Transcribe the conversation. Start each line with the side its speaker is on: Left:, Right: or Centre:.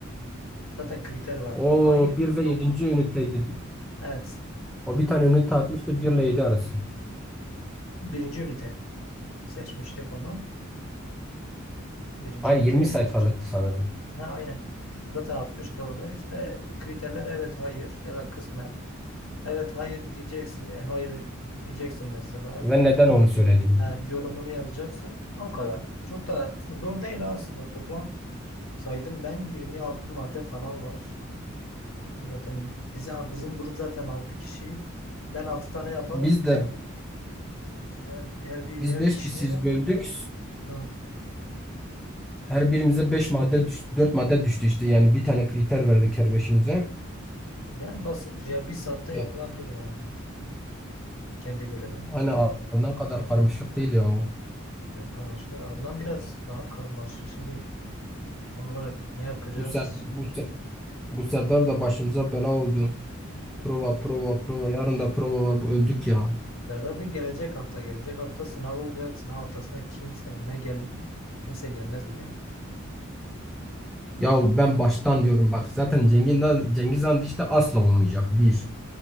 Left: Zaten kriter var.
Centre: O
Left: Hayır mı
Centre: bir ve
Left: yok
Centre: yedinci
Left: mu?
Centre: üniteydi.
Left: Evet.
Centre: O bir tane ünite atmıştı 1 ile 7 arası.
Left: Birinci ünite. Seçmiştik onu. Birinci
Centre: Aynı
Left: üniteye
Centre: 20 sayfalıktı
Left: göredir.
Centre: sanırım.
Left: Ha, aynen. Zaten 60 doğru. İşte kriterler evet hayır ya da kısmen. Evet hayır diyeceksin. Yani hayır diyeceksin mesela.
Centre: Ve neden onu söyledim?
Left: Ha, yorumunu yazacaksın. O kadar. Çok da zor değil aslında. Toplam saydım ben 26 madde falan var. Zaten bize, bizim grup zaten 6 kişi. Ben 6 tane yaparım.
Centre: Biz de
Left: İşte her, her bir
Centre: biz
Left: her
Centre: 5
Left: bir kişiye.
Centre: kişiyiz böldük.
Left: Ha.
Centre: Her birimize 5 madde düştü, 4 madde düştü işte. Yani bir tane kriter verdik her beşimize.
Left: Yani basittir ya. Bir saatte yapılabilir
Centre: E,
Left: yani. Kendi bölümü.
Centre: Hani a- ne kadar karmaşık değil ya. o.
Left: Yok anlaşılıyor. Adnan biraz daha karmaşık. Şimdi tam olarak ne yapacağız?
Centre: Bu ser, bu, Se- bu Serdar da başımıza bela oldu. Prova, prova, prova. Yarın da prova var. Bu öldük ya.
Left: Serdar değil gelecek hafta. Gelecek hafta sınav olacak. Sınav haftasında kimse ne gel kimse gelmez bile. Bilmiyorum.
Centre: Ya ben baştan diyorum bak. Zaten Cengiz, Cengiz Han işte asla olmayacak. Bir.